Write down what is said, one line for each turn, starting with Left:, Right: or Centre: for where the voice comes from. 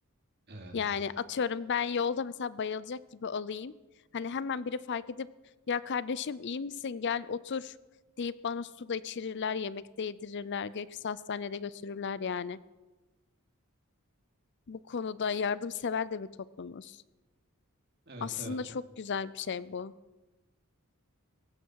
Right: Evet.
Left: Yani atıyorum ben yolda mesela bayılacak gibi olayım. Hani hemen biri fark edip ya kardeşim iyi misin gel otur deyip bana su da içirirler, yemek de yedirirler, gerekirse hastanede götürürler yani. Bu konuda yardımsever de bir toplumuz.
Right: Evet
Left: Aslında
Right: evet.
Left: çok güzel bir şey bu.